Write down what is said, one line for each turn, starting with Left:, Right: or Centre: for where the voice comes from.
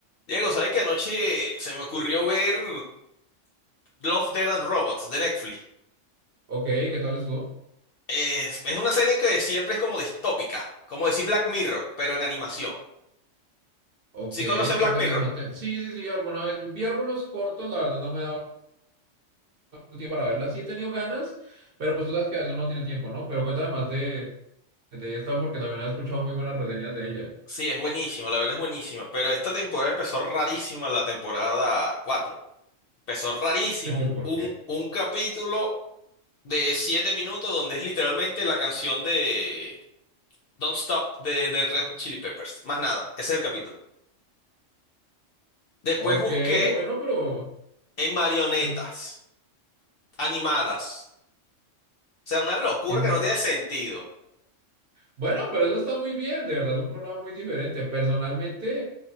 Left: Diego, ¿sabes que Anoche se me ocurrió ver Love, Dead and Robots de Netflix.
Right: Ok, ¿qué tal estuvo?
Left: Eh, es una serie que siempre es como distópica, como decir Black Mirror, pero en animación.
Right: Ok,
Left: ¿Sí
Right: qué
Left: conoces Black
Right: interesante.
Left: Mirror?
Right: Sí, sí, sí, alguna vez vi, vi algunos cortos, la verdad no me he dado el tiempo para verlas. Sí he tenido ganas, pero pues tú sabes que a veces uno no tiene tiempo, ¿no? Pero cuéntame más de, de esta porque también he escuchado muy buenas reseñas de ella.
Left: Sí, es buenísima, la verdad es buenísima, pero esta temporada empezó rarísima, la temporada 4. Empezó rarísimo,
Right: <laughs>
Left: un,
Right: ¿Por
Left: un,
Right: qué?
Left: un capítulo de 7 minutos donde es literalmente la canción de Don't Stop de, de Red Hot Chili Peppers. Más nada, ese es el capítulo. Después
Right: Ok,
Left: busqué
Right: bueno, pero
Left: en marionetas.
Right: es
Left: animadas. O sea, una locura
Right: en-
Left: que no tiene sentido.
Right: bueno, pero eso está muy bien, de verdad es un programa muy diferente. Personalmente,